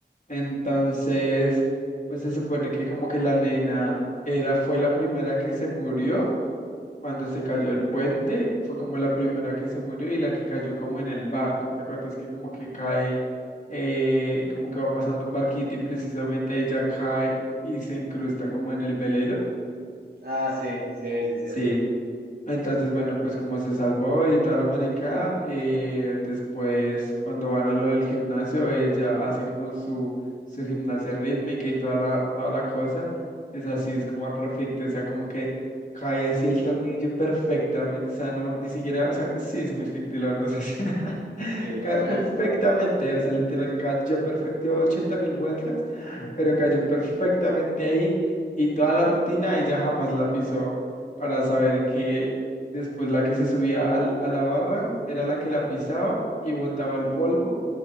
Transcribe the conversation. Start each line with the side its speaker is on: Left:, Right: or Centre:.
Left: Entonces, pues se supone que como que la nena era, fue la primera que se murió cuando se cayó el puente, fue como la primera que se murió y la que cayó como en el barco. ¿Te acuerdas que como que cae, eh, como que va pasando un barquito y precisamente ella cae y se incrusta como en el velero?
Right: Ah, sí, sí, sí, cierto.
Left: Sí. Entonces, bueno, pues como se salvó y toda la marica, eh, después cuando van a lo del gimnasio, ella hace como su, su gimnasia rítmica y toda la, toda la cosa, es así, es como perfecto, o sea, como que cae así el tornillo perfectamente, o sea, no, ni siquiera, o sea, sí, es muy ficticio, la verdad, o sea, <laughs> sí, nada,
Right: Sí,
Left: cae
Right: o sea,
Left: perfectamente, o sea, literal, cayó perfecto, dio 80 mil vueltas, pero cayó perfectamente ahí y toda la rutina ella jamás la pisó para saber que después la que se subía al- a la barra era la que la pisaba y botaba el polvo